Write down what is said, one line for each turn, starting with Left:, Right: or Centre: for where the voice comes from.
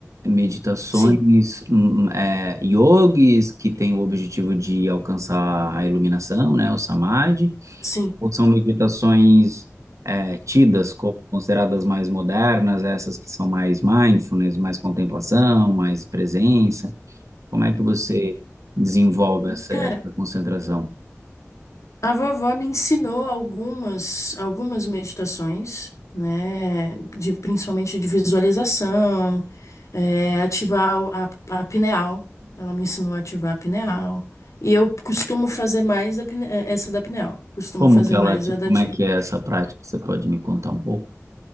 Right: meditações
Left: sim,
Right: hum, hum, é, yogis que têm o objetivo de alcançar a iluminação, né, o samadhi,
Left: sim.
Right: Ou são meditações é, tidas como consideradas mais modernas, essas que são mais mindfulness, mais contemplação, mais presença? Como é que você desenvolve essa,
Left: Cara,
Right: essa concentração?
Left: a vovó me ensinou algumas, algumas meditações, né? De, principalmente de visualização, é, ativar o- a, a pineal. Ela me ensinou a ativar a pineal. E eu costumo fazer mais a pine- eh, essa da pineal. Costumo
Right: Como
Left: fazer
Right: que ela,
Left: mais
Right: te-
Left: a da.
Right: como
Left: ti-
Right: é que é essa prática? Você pode me contar um pouco?